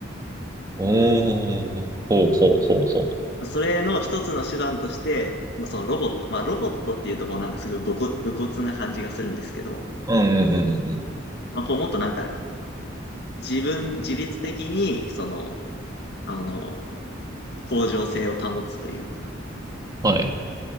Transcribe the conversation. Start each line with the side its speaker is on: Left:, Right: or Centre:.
Right: おー、ほうほうほうほ
Left: それの一つの手段として、まあそのロボット、まあロボットっていうとこうなんかすごい武骨、武骨な感じがするんですけど、
Right: う。うん、うん、うん。うん
Left: まあこうもっとなんか自分、自律的に、その、あの、向上性を保つというか、
Right: はい。